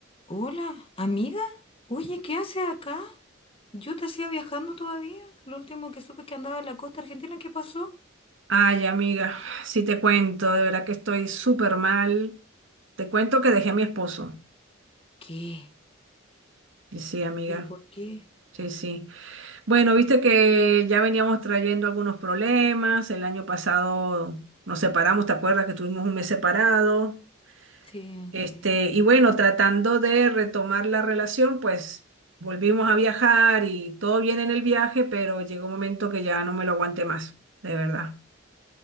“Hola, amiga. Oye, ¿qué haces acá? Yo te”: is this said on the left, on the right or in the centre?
Left